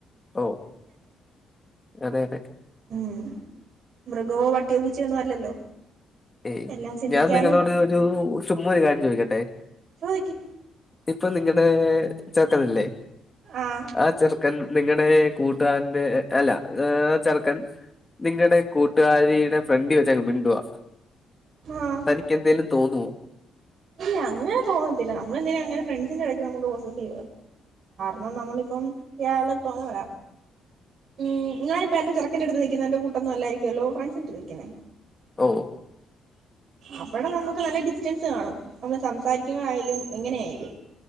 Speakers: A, on the left (about 20°); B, on the right (about 60°).
A: ഓ അതെ അതെ
B: ഉം മൃഗവോ വട്ടിയോ പൂച്ചിയോ ഒന്നും അല്ലല്ലോ
A: ഏയ്
B: എല്ലാം ചിന്തിക്കാനും
A: ഞാൻ നിങ്ങളോട് ഒരു ചുമ്മാ ഒരു കാര്യം ചോദിക്കട്ടെ
B: ചോയിക്ക്
A: ഇപ്പൊ നിങ്ങടെ ചെറക്കനില്ലേ
B: ആഹ്
A: ആ ചെറുക്കൻ നിങ്ങടെ കൂട്ടുകാരന്റെ അല്ല ചെറുക്കൻ നിങ്ങടെ കൂട്ടുകാരിയുടെ ഫ്രണ്ട് വെച്ചങ്ങ് മിണ്ടുവാ
B: ആഹ്
A: തനിക്ക് എന്തേലും തോന്നുവോ
B: ഇല്ല അങ്ങനെ തോന്നത്തില്ല നമ്മള് ന്തിനാ അങ്ങനെ ഫ്രണ്ട്സിന്റെ ഇടയ്ക്ക് നമുക്ക് പൊസസീവ് കാരണം നമ്മളിപ്പം ഇയാള്പ്പോ ങ്ങനെ പറയാ ഉം ഞാനിപ്പ എന്റെ ചെറക്കന്റെടുത്ത് നി ക്കിന്നേൻ്റെ കട്ടൊന്നും ആല്ലായിരിക്കുമല്ലോ ഫ്രണ്ട്സിൻ്റടുത്ത് നിക്കുന്നേ
A: ഓ
B: അവിടെ നമുക്ക് നല്ല ഡിസ്റ്റൻസ് കാണും നമ്മള് സംസാരിക്കുന്ന ആയാലും എങ്ങനെയായാലും